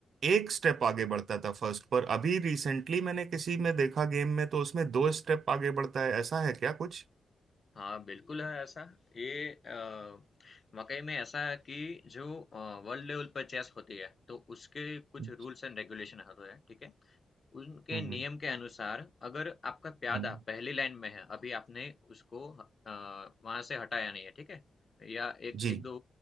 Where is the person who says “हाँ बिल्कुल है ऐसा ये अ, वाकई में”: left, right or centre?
Left